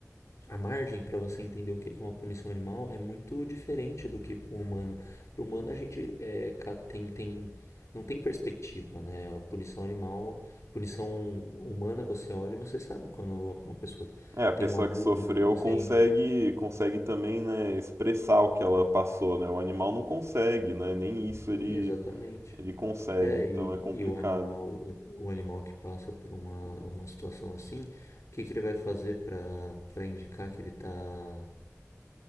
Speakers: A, on the left; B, on the right.
A: a margem para você entender o que é uma punição animal é muito diferente do que para o humano. Para o humano a gente é, tem, tem, não tem perspectiva, né? A punição animal, punição humana você olha e você sabe quando uma pessoa
B: É, a pessoa
A: tem um abuso
B: que sofreu
A: acontecendo.
B: consegue, consegue também, né, expressar o que ela passou, né? O animal não consegue, né? Nem isso
A: Sim,
B: ele,
A: exatamente.
B: ele consegue,
A: É,
B: então
A: e,
B: é complicado.
A: e o animal, o animal que passa por uma, uma situação assim, o que que ele vai fazer para para indicar que ele está